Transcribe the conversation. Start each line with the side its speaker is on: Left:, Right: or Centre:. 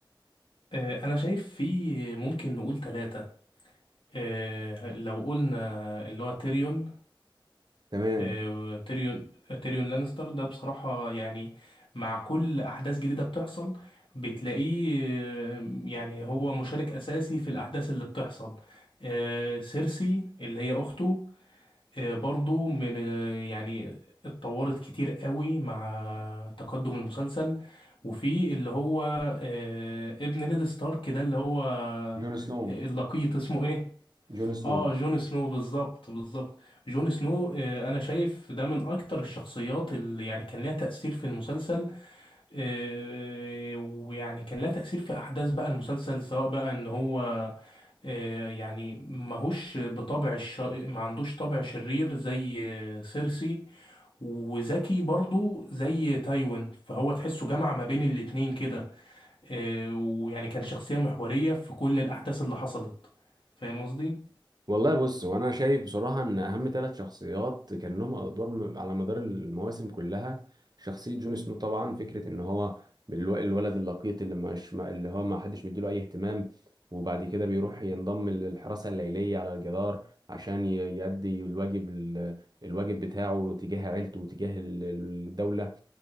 Left: آه أنا شايف في ممكن نقول ثلاثة آه لو قلنا اللي هو تيريون
Right: تمام
Left: آه تيريون تيريون لانستر ده بصراحة يعني مع كل أحداث جديدة بتحصل بتلاقيه آه، يعني هو مشارك أساسي في الأحداث اللي بتحصل آه سيرسي اللي هي أخته آه، برضو من آه، يعني اتطورت كتير قوي مع تقدم المسلسل وفي اللي هو آه، ابن نيد ستارك ده اللي هو آه،
Right: جون سنو
Left: اللقيط اسمه ايه
Right: جون سنو
Left: اه جون سنو بالظبط بالظبط جون سنو آه، انا شايف ده من اكتر الشخصيات اللي يعني كان ليها تأثير في المسلسل آه، ويعني كان لها تأثير في أحداث بقى المسلسل سواء بقى إن هو آه، يعني ماهوش بطبع الش... ما عندوش طبع شرير زي آه، سيرسي وذكي برضو زي تايوين فهو تحسه جمع ما بين الاتنين كده آه، ويعني كان شخصية محورية في كل الأحداث اللي حصلت فاهم قصدي؟
Right: والله بص وانا شايف بصراحه ان اهم ثلاث شخصيات كان لهم ادوار م- على مدار المواسم كلها شخصيه جون سنو طبعا فكره ان هو الو- الولد اللقيط اللي مش اللي هو ما حدش مديله اي اهتمام وبعد كده بيروح ينضم للحراسه الليليه على الجدار عشان ي- يؤدي الواجب ال- الواجب بتاعه تجاه عيلته وتجاه ال- الدوله